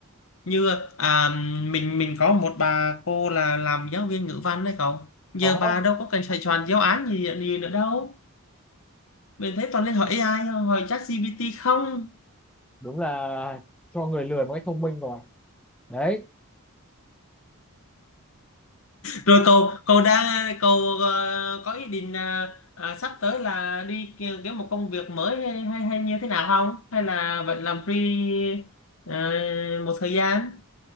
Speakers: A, on the left (about 65°); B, in the centre.
A: như à, mình mình có một bà cô là làm giáo viên ngữ văn đấy cậu giờ
B: Đó.
A: bà đâu có cần xoay tròn giáo án gì gì nữa đâu mình thấy toàn lên hỏi AI thôi, hỏi ChatGPT không
B: đúng là cho người lười một cách thông minh rồi đấy
A: Rồi cậu cậu đang cậu ờ, có ý định là à, sắp tới là đi ki- kiếm một công việc mới hay hay, hay như thế nào không? Hay là vẫn làm free ờ, một thời gian?